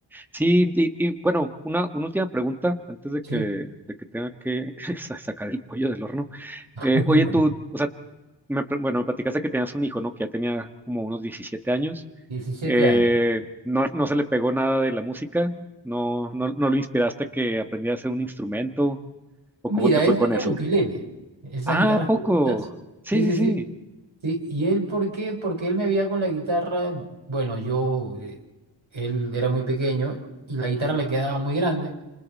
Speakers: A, in the centre; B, on the right (about 80°).
A: Sí, y, y, bueno, una, una última pregunta antes de
B: Sí,
A: que, de que tenga que <laughs> sa- sacar el pollo del horno.
B: <laughs>
A: Eh,
B: dime.
A: oye, tú, o sea, me, pl- bueno, me platicaste que tenías un hijo, ¿no? Que ya tenía como unos 17 años.
B: diecisiete
A: Eh,
B: años.
A: no, no se le pegó nada de la música, no, no, no lo inspiraste a que aprendiera a hacer un instrumento, o
B: Mira,
A: cómo te fue
B: él
A: con
B: toca
A: eso.
B: el ukelele, esas
A: Ah,
B: guitarras
A: poco.
B: pequeñitas.
A: Sí,
B: Sí,
A: sí,
B: sí,
A: sí.
B: sí. Sí, ¿y él por qué? Porque él me veía con la guitarra, bueno, yo, eh, él era muy pequeño y la guitarra le quedaba muy grande.